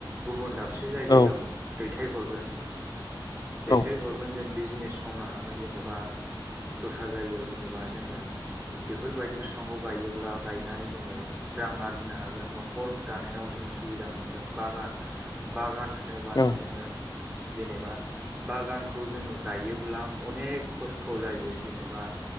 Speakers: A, in the centre; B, on the left (about 50°).
A: गुबुन दाबसे जायगायाव
B: औ
A: दैथाय हरगोन दैथाय
B: औ
A: हरगोन जों बिजिनेस मावनो हा जेनेबा दस्रा जायगायाव जेनेबा जोङो बेफोरबायदि बिफांखौ- गायोब्ला गायनानै जोङो रां आरजिनो हागोन न दानायाव जोङो सुबिदा मोनगोन बागान बागान होनोबानो
B: औ
A: जोङो जेनेबा बागानखौ जोङो गायोब्ला अनेक खस्थ' जायो जेनेबा